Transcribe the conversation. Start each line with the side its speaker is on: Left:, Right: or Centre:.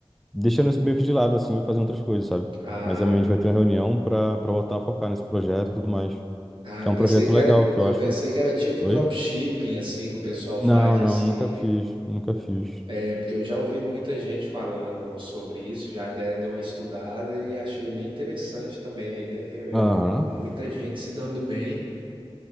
Centre: deixando isso meio que de lado, assim, e fazendo outras coisas, sabe?
Right: Ah,
Centre: Mas amanhã
Right: eu-
Centre: a gente vai ter uma reunião para para voltar a focar nesse projeto e tudo mais.
Right: ah,
Centre: Que
Right: eu
Centre: é um
Right: pensei
Centre: projeto
Right: que
Centre: legal,
Right: era,
Centre: que eu
Right: eu
Centre: acho.
Right: pensei que era tipo
Centre: Oi?
Right: dropshipping, assim, que o pessoal
Centre: Não,
Right: faz, assim.
Centre: não, nunca fiz, nunca fiz.
Right: É porque eu já ouvi muita gente falando sobre isso, já de- dei uma estudada e achei bem interessante também a ideia, viu?
Centre: Aham.
Right: Vi muita gente se dando bem